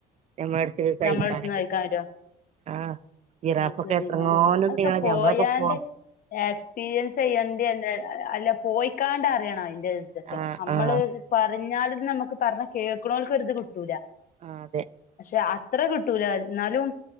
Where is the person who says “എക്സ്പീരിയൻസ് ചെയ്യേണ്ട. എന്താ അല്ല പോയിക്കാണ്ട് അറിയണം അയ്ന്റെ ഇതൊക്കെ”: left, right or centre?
Left